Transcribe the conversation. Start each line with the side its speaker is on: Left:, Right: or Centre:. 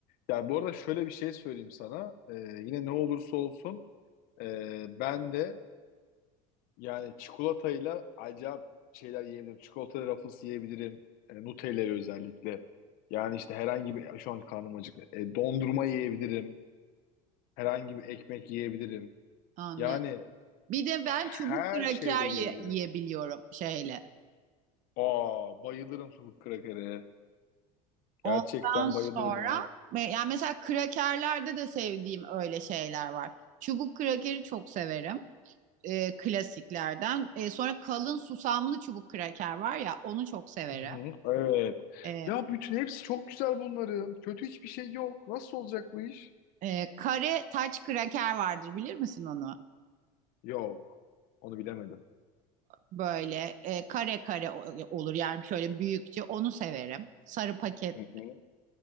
Left: Ya bu arada şöyle bir şey söyleyeyim sana. Ee, yine ne olursa olsun ee, ben de yani çikolatayla acayip şeyler yiyebilirim. Çikolata rafles yiyebilirim. E, Nutella'yı özellikle. Yani işte herhangi bir şu an karnım acıktı. E, dondurma yiyebilirim. Herhangi bir ekmek yiyebilirim.
Right: Anladım.
Left: Yani
Right: Bir de ben
Left: her
Right: çubuk kraker
Left: şeyle yiyebilirim.
Right: ye- yiyebiliyorum şeyle.
Left: Aa, bayılırım sucuk krakere.
Right: Ondan
Left: Gerçekten
Right: sonra
Left: bayılırım yani.
Right: me- yani mesela krakerlerde de sevdiğim öyle şeyler var. Çubuk krakeri çok severim. e, klasiklerden. E, sonra kalın susamlı çubuk kraker var ya onu çok severim.
Left: Hı hı, evet.
Right: E,
Left: Ya bütün hepsi çok güzel bunların. Kötü hiçbir şey yok. Nasıl olacak bu iş?
Right: e, kare taç kraker vardır bilir misin onu?
Left: Yok. Onu bilemedim.
Right: Böyle e, kare kare o- olur yani şöyle büyükçe onu severim. Sarı paket
Left: Hı hı.